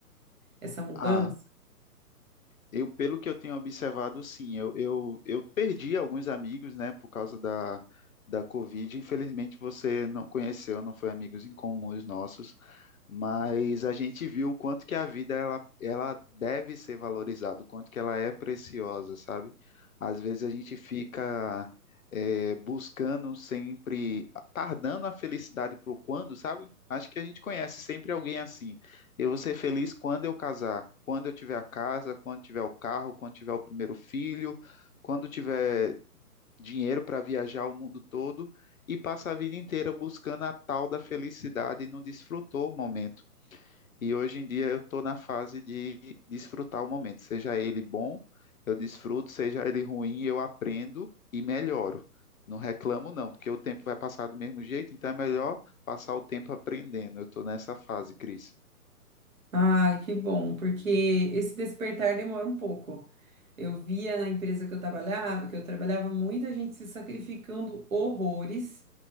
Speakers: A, on the right; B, on the left.
A: essa mudança.
B: Ah, Eu, pelo que eu tenho observado, sim, eu, eu, eu perdi alguns amigos, né, por causa da, da Covid. Infelizmente, você não conheceu, não foi amigos em comuns nossos, mas a gente viu o quanto que a vida ela, ela deve ser valorizada, o quanto que ela é preciosa, sabe? Às vezes a gente fica eh, buscando sempre, tardando a felicidade para o quando, sabe? Acho que a gente conhece sempre alguém assim. Eu vou ser feliz quando eu casar, quando eu tiver a casa, quando tiver o carro, quando tiver o primeiro filho, quando tiver dinheiro para viajar o mundo todo e passa a vida inteira buscando a tal da felicidade e não desfrutou o momento. E hoje em dia eu estou na fase de desfrutar o momento, seja ele bom, eu desfruto, seja ele ruim, eu aprendo e melhoro. Não reclamo, não, porque o tempo vai passar do mesmo jeito, então é melhor passar o tempo aprendendo. Eu estou nessa fase, Cris.
A: Ai, que bom, porque esse despertar demora um pouco. Eu via na empresa que eu trabalhava, que eu trabalhava muita gente se sacrificando horrores.